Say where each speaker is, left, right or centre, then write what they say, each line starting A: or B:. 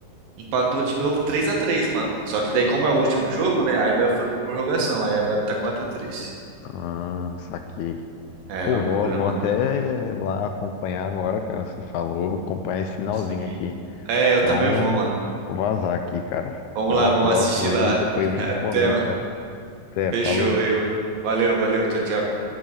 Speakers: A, on the right (about 80°); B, on the left (about 80°).
A: empatou de novo três a três, mano. Só que daí, como é o último jogo, né? Aí vai, foi pra prorrogação. Aí agora tá quatro a três.
B: Ah, saquei.
A: É,
B: Pô,
A: loucura,
B: vou, vou
A: mano.
B: até lá acompanhar agora, cara, você falou, acompanhar esse finalzinho
A: Sim.
B: aqui.
A: É, eu
B: Então,
A: também vou, mano.
B: vou vazar aqui, cara.
A: Vamos
B: Até
A: lá,
B: uma
A: vamos
B: próxima
A: assistir lá.
B: aí, depois
A: <laughs>
B: a
A: Até,
B: gente comenta.
A: mano.
B: Até,
A: Fechou.
B: falou.
A: eu- Valeu, valeu. Tchau, tchau.